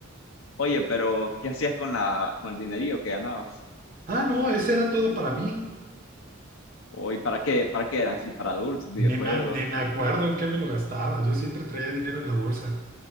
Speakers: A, on the left; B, on the right.
A: Oye, pero ¿qué hacías con la, con el dinerillo que ganabas?
B: Ah, no, ese era todo para mí.
A: Oye, ¿para qué, para qué eran? Sí, para dulces, videojuegos.
B: Ni me, ni me acuerdo en qué me lo gastaba. Yo siempre traía dinero en la bolsa.